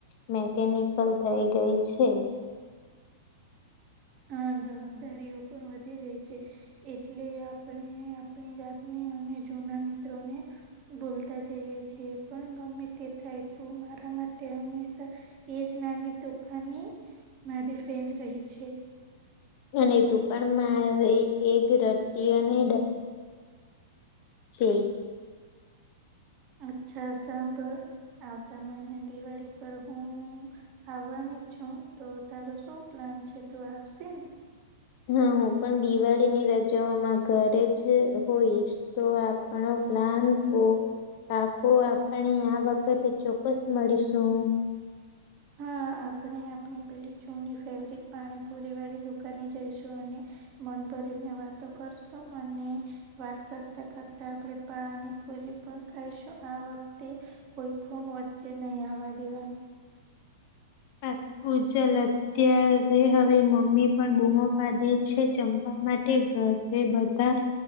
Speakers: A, on the left; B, on the right.
A: મેકેનિકલ થઈ ગઈ છે.
B: હા જવાબદારીઓ પણ વધી ગઈ છે, એટલે આપણે. આપણી જાતને અને જૂના મિત્રોને બોલતા જઈએ છી પણ ગમે તે થાય. મારા માટે હમેશા એજ નાની તોફાની મારી ફ્રેન્ડ રહી. <unintelligible>
A: અને તું પણ મારે એ જ રટ્ટટી અને <unintelligible> <unintelligible>
B: અચ્છા સાંભળ આવતા મહિને દિવાળી પર હું આવવાની. છું તો તારું શું પ્લાન છે તું આવશે ને
A: હા હ પણ દિવાળીની રજાઓમાં ઘરે જ હોઈશ તો આપણો પ્લાન ફોક પાકો આપણે આ વખત ચોક્કસ મળીશું.
B: હા આપણે આપની પેલી જુની ફેવરેટ પાણીપુરી વાળી દુકાને જઈશું અને મન ભરીને વાતો કરશું અને વાત કરતા કરતા આપણે પાણી પૂરી પણ ખાઈશું આ વખતે કોઈ ફોન વચ્ચે નય આવવા દેવાનું
A: પાકુ ચલ અત્યારે હવે મમ્મી પણ બૂમો પાડે છે જમવા માટે ઘરે બધા